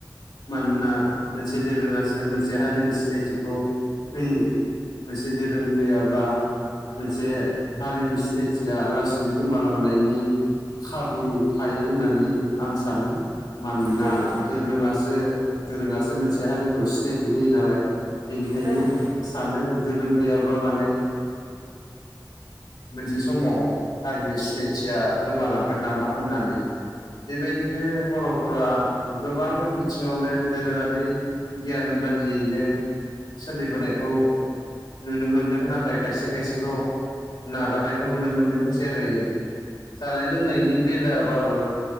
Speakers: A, on the left; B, on the right.
A: मानोना मोनसे दोरोङासो मोनसे हारिनि सिनायथिखौ होयो। मोनसे दोरों गैयाब्ला मोनसे हारिनि सिनायथिया लासैनो गोमालांनायनि खाबु थायो होननानै आं सानो मानोना
B: औ औ
A: दोरोङासो दोरोङासो मोनसे हारिखौ सिनायथि होयो नालाय बेनिखायनो
B: औ
A: सानो गोरों गैयाबा माने मोनसे समाव हारिनि सिनायथिया गोमालांगोन नामा होननानै बेबायदिनो बर'फोरा गोबां बिथिङावनो दोरोङारि गियान बेबादियैनो सोलिबोनायखौ नुनो मोनदों नाथाय खायसे खायसेखौ नागारनायखौ नुनो मोनदों जेरै जानाय लोंनायनि बेलायावबो